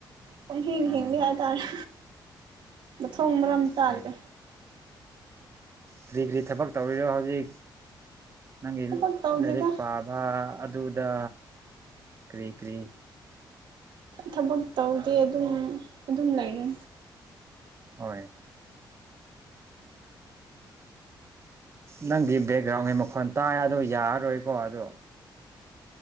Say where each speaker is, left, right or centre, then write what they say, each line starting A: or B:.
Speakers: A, on the right (about 75°); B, on the right (about 35°).
A: ꯄꯡ ꯍꯤꯡ
B: ꯑꯥ
A: ꯍꯤꯡꯉꯤ ꯍꯥꯏꯇꯥꯔꯦ ꯊꯣꯡ ꯃꯔꯝ ꯆꯥꯗꯔ꯭ꯦ
B: ꯍꯣꯏ ꯀꯔꯤ ꯀꯔꯤ ꯊꯕꯛ ꯇꯧꯔꯤꯔꯣ ꯍꯧꯖꯤꯛ ꯅꯪꯒꯤ
A: ꯊꯕꯛ ꯇꯧꯗꯦꯗ
B: ꯂꯥꯏꯔꯤꯛ ꯄꯥꯕ ꯑꯗꯨꯗ ꯀ꯭ꯔꯤ ꯀ꯭ꯔꯤ
A: ꯊꯕꯛ ꯇꯧꯗꯦ ꯑꯗꯨꯝ ꯑꯗꯨꯝ ꯂꯩꯔꯦ
B: ꯍꯣꯏ ꯅꯪꯒꯤ ꯕꯦꯛꯒ꯭ꯔꯥꯎꯟꯒꯤ ꯃꯈꯣꯟ ꯇꯥꯏ ꯑꯗꯣ ꯌꯥꯔꯔꯣꯏꯀꯣ ꯑꯗꯣ